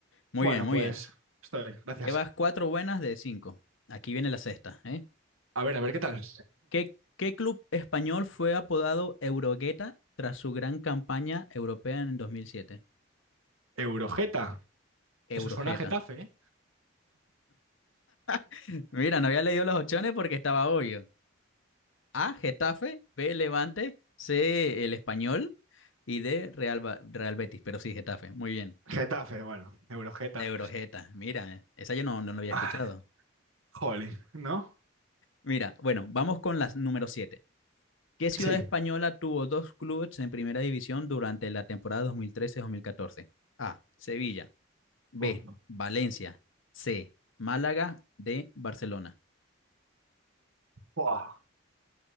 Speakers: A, on the left; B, on the right.
A: Muy
B: Bueno,
A: bien, muy
B: pues
A: bien.
B: estoy, gracias.
A: Llevas cuatro buenas de cinco. Aquí viene la sexta, ¿eh?
B: A ver, a ver qué tal.
A: ¿Qué, qué club español fue apodado Eurogueta tras su gran campaña europea en 2007?
B: Eurojeta.
A: Eurogeta.
B: Eso suena a Getafe, ¿eh?
A: <laughs> Mira, no había leído las opciones porque estaba obvio. A, Getafe, B, Levante, C, el Español y D, Real, Ba- Real Betis, pero sí, Getafe, muy bien.
B: Getafe, bueno, Eurogeta.
A: La Eurojeta, mira, eh, esa yo no, no la había
B: Ah,
A: escuchado.
B: jolín, ¿no?
A: Mira, bueno, vamos con las número 7. ¿Qué ciudad
B: Sí.
A: española tuvo dos clubes en primera división durante la temporada 2013-2014? A, Sevilla, B,
B: Uf,
A: Valencia, C, Málaga, D, Barcelona.
B: buah,